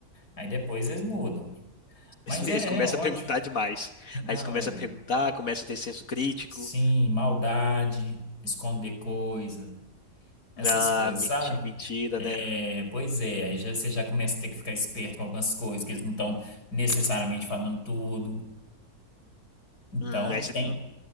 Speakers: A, on the left; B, on the left.
A: Aí depois eles mudam. Mas
B: Eles <laughs> eles
A: é
B: começam
A: é ótimo.
B: a perguntar demais.
A: Não,
B: Aí eles começam
A: é.
B: a perguntar, começam a ter senso crítico.
A: Sim, maldade, esconder coisas. essas
B: Ah,
A: coisas,
B: menti-
A: sabe?
B: mentira,
A: É,
B: né?
A: pois é, aí já- você já começa a ter que ficar esperto com algumas coisas, que eles não estão necessariamente falando tudo. Então,
B: Hum, aí você-
A: tem,